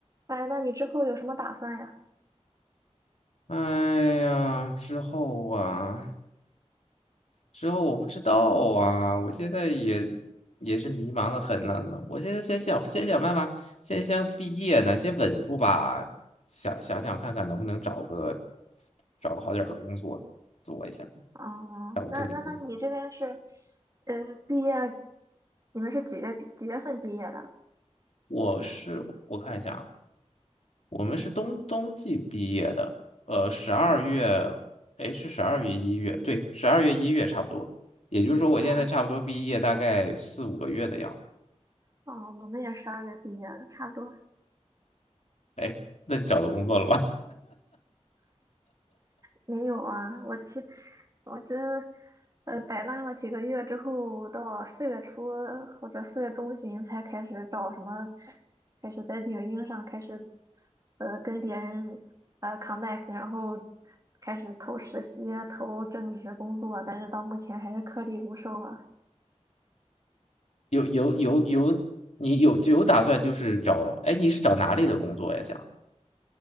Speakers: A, on the right; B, on the left.
A: 哎，那你之后有什么打算呀？
B: 哎呀，之后啊，之后我不知道啊，我现在也也是迷茫的很呢。我现在先想，先想办法，先先毕业呢，先稳住吧。想想想看看能不能找个找个好点儿的工作做一下，
A: 啊、
B: 找个正经工作。
A: 那那那你这边是，呃，毕业，你们是几月毕几月份毕业的？
B: 我是我看一下啊。我们是冬冬季毕业的，呃，十二月，哎，是十二月一月，对，十二月一月差不多。也就是说，我现在差不多毕业大概四五个月的样子。
A: 哦，哦，我们也十二月毕业的，差不多。
B: 哎，那你找到工作了吗？
A: 没有啊，我去，我这呃摆烂了几个月之后，到四月初或者四月中旬才开始找什么，开始在领英上开始呃跟别人呃 connect，然后开始投实习、投正职工作，但是到目前还是颗粒无收啊。
B: <laughs> 有有有有，你有就有打算就是找，哎，你是找哪里的工作呀？想